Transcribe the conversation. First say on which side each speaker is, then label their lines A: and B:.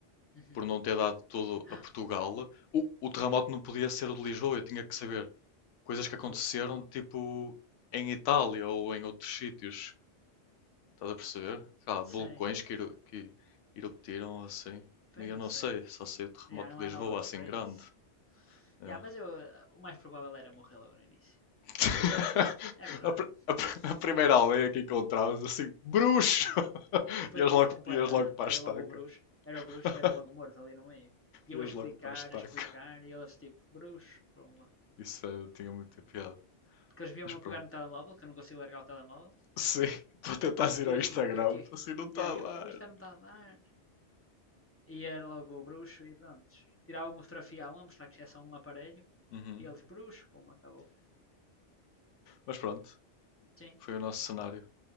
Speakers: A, on the left; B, on the left.
A: Uhum.
B: por não ter dado tudo
A: Ah,
B: a Portugal, o, o terremoto não podia ser o de Lisboa. Eu tinha que saber coisas que aconteceram,
A: outro terremoto?
B: tipo, em Itália ou em outros sítios. Estás a perceber? Cá, vulcões
A: Sim,
B: que, eru- que eruptaram assim.
A: pois
B: Eu
A: não
B: não
A: sei.
B: sei, só sei o terremoto
A: Já, não
B: de
A: há
B: Lisboa
A: análogas
B: assim
A: para
B: grande.
A: isso.
B: é.
A: Já, mas eu, eh, o mais provável era morrer logo no início.
B: <laughs>
A: É verdade.
B: a, pr- a pr- a primeira aldeia que encontrávamos, assim, bruxo! <laughs>
A: Foi
B: ias, logo,
A: completamente.
B: ias logo para a
A: Era
B: estaca.
A: logo o bruxo,
B: <laughs>
A: era o bruxo e era logo o morto ali no meio. E eu
B: Ias
A: a explicar,
B: logo para a estaca.
A: a explicar, e eles tipo, bruxo, pumba.
B: Isso eh, tinha muita piada.
A: Porque eles viam-me
B: Mas pronto.
A: a pegar no telemóvel, que eu não consigo largar o telemóvel,
B: Sim, <laughs> estou a tentar
A: e
B: ir
A: viam
B: ao Instagram,
A: assim, o que é que é?
B: assim, não está
A: E aí
B: a dar.
A: eu, "Ui, isto não está a dar. E era logo o bruxo e pronto. Tirava uma fotografia a um, a mostrar que isto é só um aparelho,
B: Uhum.
A: e eles, bruxo, pumba, acabou.
B: Mas pronto,
A: Sim,
B: foi o nosso cenário